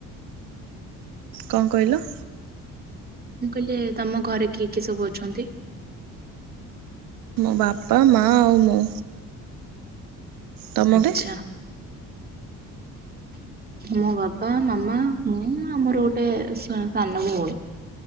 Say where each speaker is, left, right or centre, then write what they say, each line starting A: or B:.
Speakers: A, on the right; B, on the right.
A: କଣ କହିଲ?
B: ମୁଁ କହିଲି ତମ ଘରେ କିଏ କିଏ ସବୁ ଅଛନ୍ତି।
A: ମୋ ବାପା ମଆ ଆଉ ମୁଁ। ତମ
B: ଆଛା।
A: ଘରେ?
B: ମୋ ବାପା ମାମା ମୁଁ ଆମର ଗୋଟେ ସାନ ଭଉଣୀ।